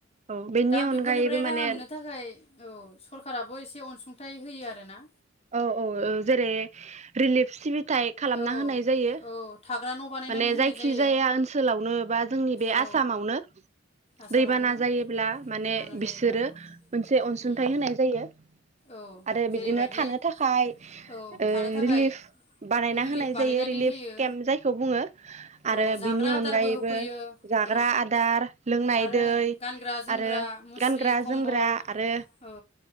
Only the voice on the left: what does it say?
दा
बेफोरनिफ्राय
राहा मोननो थाखाय औ सरखाराबो एसे अनसुं थाय होयो आरो ना
औ
औ थाग्रा न' बानायनानै
होनाय
जायो
औ
आसामावनो
दैबाना जायोब्ला
उम
औ
जेरैबायदि
औ
थानो थाखाय
रिलिफ
बानायनानै
होयो
औ जाग्रा
आदारबो होफैयो
औ
आरो
गानग्रा जोमग्रा
मुस्रि
कम्बल
औ